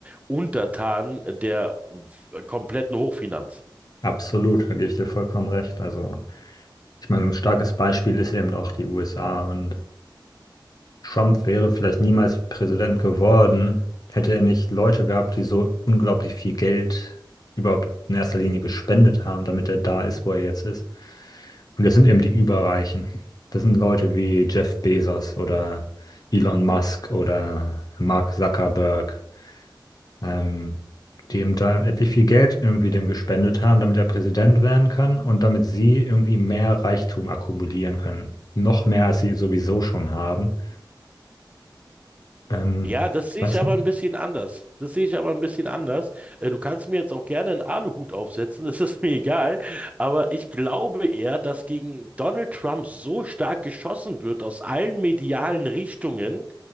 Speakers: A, on the right (about 15°); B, on the left (about 50°).
A: untertan der äh, kompletten Hochfinanz.
B: absolut, da gebe ich dir vollkommen recht. Also, ich meine, ein starkes Beispiel ist eben auch die USA und Trump wäre vielleicht niemals Präsident geworden, hätte er nicht Leute gehabt, die so unglaublich viel Geld überhaupt in erster Linie gespendet haben, damit er da ist, wo er jetzt ist. Und das sind eben die Überreichen. Das sind Leute wie Jeff Bezos oder Elon Musk oder Mark Zuckerberg. ähm, die ihm da etlich viel Geld irgendwie dem gespendet haben, damit er Präsident werden kann und damit sie irgendwie mehr Reichtum akkumulieren können. Noch mehr, als sie sowieso schon haben. Ähm,
A: Ja, das
B: ich
A: sehe
B: weiß
A: ich aber
B: nicht.
A: ein bisschen anders. Das sehe ich aber ein bisschen anders. Äh, Du kannst mir jetzt auch gerne einen Aluhut aufsetzen, <laughs> das ist mir egal. Aber ich glaube eher, dass gegen Donald Trump so stark geschossen wird aus allen medialen Richtungen